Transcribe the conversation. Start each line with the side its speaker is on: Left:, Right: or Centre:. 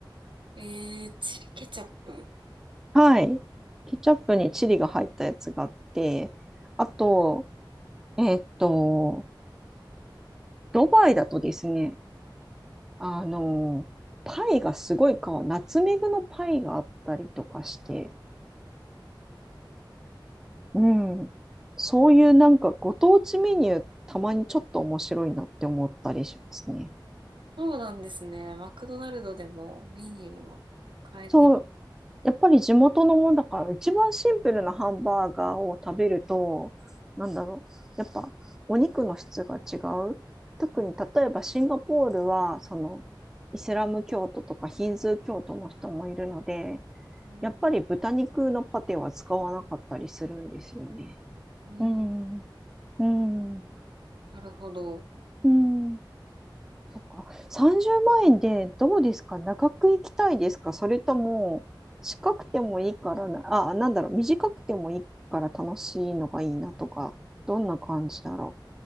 Right: えー、チリケチャップ。
Centre: はい。ケチャップにチリが入ったやつがあって、あと、えっと、ドバイだとですね、あの、パイがすごいか、ナツメグのパイがあったりとかして、うん、そういうなんかご当地メニュー、たまにちょっと面白いなって思ったりしますね。
Right: そうなんですね。マクドナルドでもメニューを変えてる。
Centre: そう、やっぱり地元のもんだから、一番シンプルなハンバーガーを食べると、なんだろう、やっぱお肉の質が違う。特に例えばシンガポールは、
Right: う
Centre: そのイスラム教徒とかヒンズー教徒の人もいるので、
Right: ん、
Centre: やっぱり豚肉のパテは使わなかったりするんですよね。
Right: うん
Centre: うん、うん、
Right: なるほど。
Centre: うん。そっか。30万円でどうですか長く行きたいですかそれとも、近くてもいいからな、あ、なんだろう、短くてもいいから楽しいのがいいなとか、どんな感じだろ